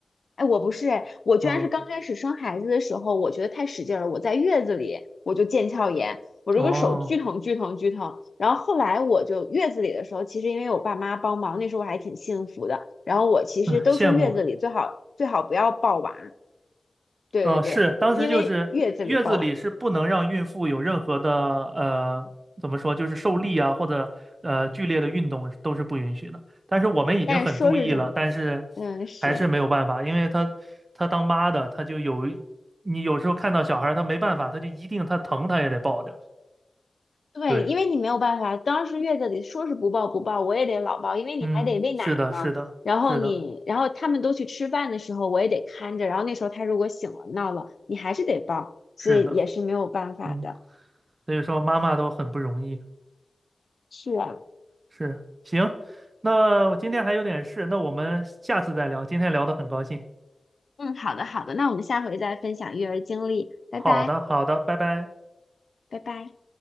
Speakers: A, on the left; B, on the right.
A: 哎，我不是哎，我居然是刚开始生孩子的时候，
B: 嗯，
A: 我觉得太使劲了，我在月子里我就腱鞘炎，我这个手巨疼巨疼巨疼。
B: 哦，
A: 然后后来我就月子里的时候，其实因为我爸妈帮忙，那时候我还挺幸福的。然后我其实都说月子里最好最好不要抱娃，
B: 唉羡慕。
A: 对对对，
B: 嗯，是，当时就是月子里是不能让孕妇有任何的呃，
A: 因为月子里抱娃，
B: 怎么说，就是受力啊，或者呃剧烈的运动都是不允许的。但是我们已经很注意了，
A: 但是说是这么，
B: 但是
A: 嗯是。
B: 还是没有办法，因为她她当妈的，她就有你有时候看到小孩儿，她没办法，她就一定她疼，她也得抱着。
A: 对，
B: 对，
A: 因为你没有办法，当时月子里说是不抱不抱，我也得老抱，因为你还得喂奶呢。
B: 嗯，是的，是的，
A: 然后你，
B: 是的，
A: 然后他们都去吃饭的时候，我也得看着。然后那时候他如果醒了闹了，你还是得抱，所以也是没有办法的。
B: 是的，嗯，所以说妈妈都很不容易。
A: 是啊，
B: 是，行，那我今天还有点事，那我们下次再聊。今天聊得很高兴。
A: 嗯，好的好的，那我们下回再分享育儿经历，拜拜，
B: 好的，好的，拜拜。
A: 拜拜。